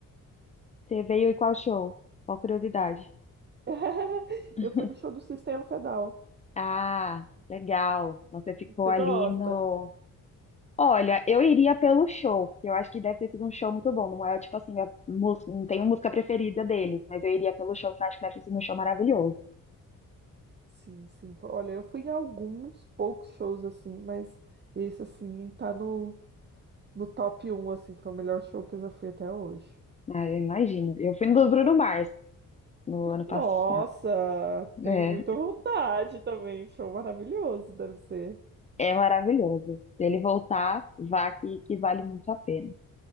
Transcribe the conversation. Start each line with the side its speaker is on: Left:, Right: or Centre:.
Left: Você veio e qual show? Qual curiosidade?
Right: <laughs>
Left: <laughs>
Right: Eu fui no show do System of a Down.
Left: Ah, legal. Então Você ficou
Right: Você
Left: ali
Right: gosta?
Left: no. Olha, eu iria pelo show, porque eu acho que deve ter sido um show muito bom. Não é tipo assim, a mus- não tenho música preferida deles, mas eu iria pelo show, que eu acho que deve ter sido um show maravilhoso.
Right: Sim, sim. Olha, eu fui em alguns poucos shows assim, mas esse assim tá no, no top um assim, foi o melhor show que eu já fui até hoje.
Left: Ah, eu imagino. Eu fui no do Bruno Mars no ano passado.
Right: Nossa, tenho
Left: É.
Right: muita vontade também. Show maravilhoso, deve ser.
Left: É maravilhoso. Se ele voltar, vá que, que vale muito a pena.